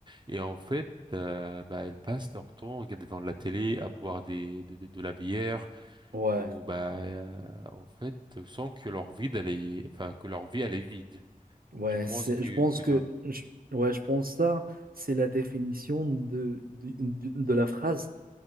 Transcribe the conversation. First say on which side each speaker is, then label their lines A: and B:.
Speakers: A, on the right; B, on the right.
A: Et en fait, euh, bah, elles passent leur temps à regarder devant la télé, à boire des, de, de- de la bière,
B: Ouais,
A: ou bah, euh, en fait, sans que leur vie, elle est, enfin, que leur vie, elle est vide.
B: ouais,
A: Je pense
B: c'est,
A: que,
B: je pense
A: qu'ils
B: que,
A: ont...
B: je- ouais, je pense ça, c'est la définition de, de, de- de la phrase.